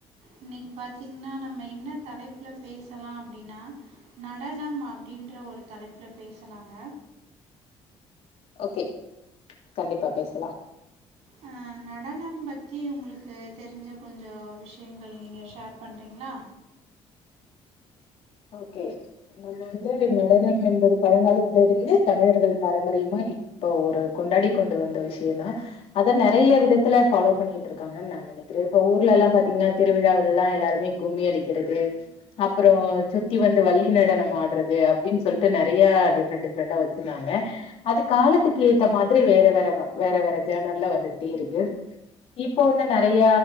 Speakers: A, on the right; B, on the left.
A: இன்னைக்கு பாத்தீங்னா நம்ம என்ன தலைப்ல பேசலா அப்டின்னா நடனம் அப்டின்ற ஒரு தலைப்ல பேசலாங்க
B: ஓகே கண்டிப்பா பேசலா
A: ஆ நடனம் பத்தி உங்களுக்கு தெரிஞ்ச கொஞ்ச விஷயங்கள் நீங்க ஷேர் பண்றீங்ளா
B: ஓகே நம்ம வந்து நடனம் என்பது பழங்காலத்ல இருந்து தமிழர்கள் பாரம்பரியமா இப்ப ஒரு கொண்டாடி கொண்டு வந்த விஷய தா அத நெறய விதத்ல ஃபாலோ பண்ணிட்டு இருக்காங்கன்னு நா நெனக்குறே இப்ப ஊர்ல எல்லா பாத்தீங்னா திருவிழாவுல எல்லா எல்லாருமே கும்மி அடிக்குறது அப்றோ சுத்தி வந்து வள்ளி நடனம் ஆடுறது அப்டினு சொல்லிட்டு நெறய டிஃப்ரெண்ட் டிஃப்ரெண்ட்டா வச்சிருந்தாங்க அது காலத்துக்கு ஏத்த மாரி வேற வேற வேற வேற ஜேர்னல்லா வந்துகிட்டே இருக்கு இப்போ வந்து நெறய